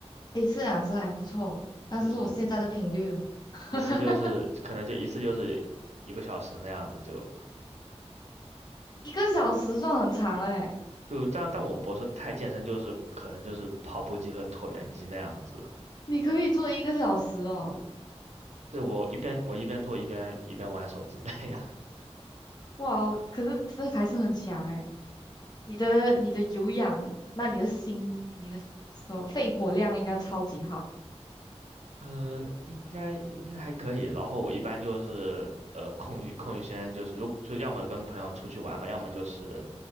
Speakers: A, on the left (about 40°); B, on the right (about 80°).
A: 一次两次还不错，但是是我现在的频率了，
B: 就是
A: <laughs>
B: 一次就是可能就一次就是一个小时那样子就
A: 一个小时算很长了诶，
B: 就但但我不是太健身，就是可能就是跑步机和椭圆机那样子。
A: 你可以做一个小时哦，
B: 对，我一边我一边做一边一边玩手机那样。<laughs>
A: 哇哦，可是这还是很强诶，你的你的有氧，那你的心，你的什么肺活量应该超级好。
B: 呃，应该应该还可以。然后我一般就是呃空余空余时间就是如就要么跟朋友出去玩嘛，要么就是